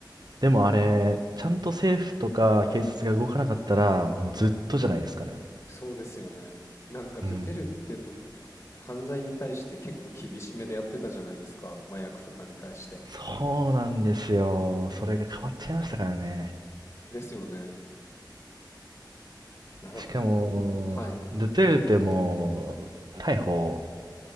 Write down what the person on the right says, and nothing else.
でもあれ、ちゃんと政府とか警察が動かなかったら、もうずっとじゃないですかね。
うん。
そうなんですよ。それが変わっちゃいましたからね。
しかも、
ドゥテルテも逮捕